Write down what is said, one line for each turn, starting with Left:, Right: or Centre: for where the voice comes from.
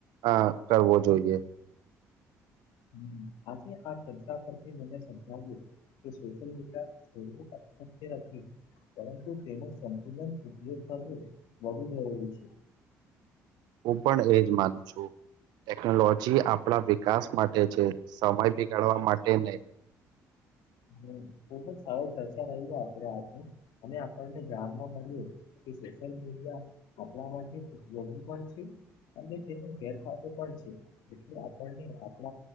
Right: અ કરવો જોઈએ
Left: હ આજે આ ચર્ચા પરથી મને સમજાવ્યું કે સોશિયલ મીડિયા છોડવું અશક્ય નથી પરંતુ તેનો સંપૂર્ણ ઉપયોગ કરવું બહુ જરૂરી છે.
Right: હું પણ એજ માનું છું ટેકનોલોજી આપણા વ વિકાસ માટે છે, સમય બિગાડવા માટે નહી
Left: હમ ખૂબ જ સારો ચર્ચા રહી આપડે આગળ અને આપણને જાણમાં મળ્યું કે સોશિયલ મીડિયા આપણા માટે ઉપયોગી પણ છે. અને તેનો ગેરફાયદો પણ છે એટલે આપણને આ